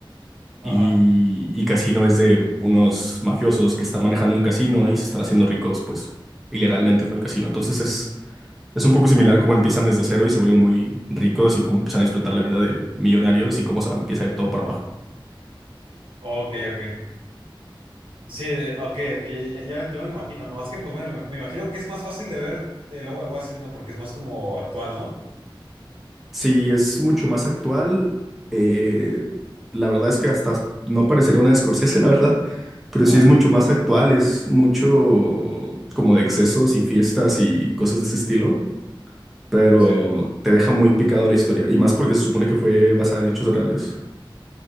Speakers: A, on the right; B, in the centre.
A: Ajá.
B: Y, y Casino es de unos mafiosos que están manejando un casino y se están haciendo ricos, pues, ilegalmente con el casino. Entonces es es un poco similar cómo empiezan desde cero y se vuelven muy ricos y cómo empiezan a disfrutar la vida de millonarios y cómo se empieza a ir todo para abajo.
A: Ok, ok. Sí, eh, ok, ok, ya, ya, ya- ya me lo imagino. Nomás que, pues bueno, me, me imagino que es más fácil de ver el Lobo de Wall Street, ¿no? Porque es más como actual, ¿no?
B: Sí, es mucho más actual. eh, la verdad es que hasta no parecería una de Scorsese, la verdad, pero
A: Ajá,
B: sí es mucho más actual, es mucho como de excesos y fiestas y cosas de ese estilo, pero
A: sí.
B: te deja muy picado la historia y más porque se supone que fue basada en hechos reales.